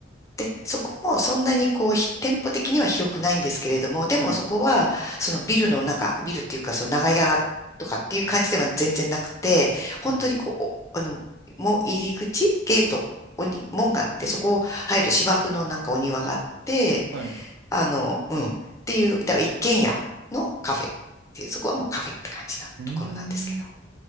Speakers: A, on the left; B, on the right.
A: で、そこもそんなにこう、ひ店舗的には広くないんですけれども、でもそこは、
B: はい。
A: そのビルの中、ビルっていうか、その長屋とかっていう感じでは全然なくて、本当にこう、
B: うん。
A: おあの、もう入り口、ゲート、おに、門があって、そこを入ると芝生のなんかお庭があって、
B: はい。
A: あの、うん。っていう、だから一軒家のカフェっていう、そこはもうカフェって感じなところなんですけど。
B: うーん。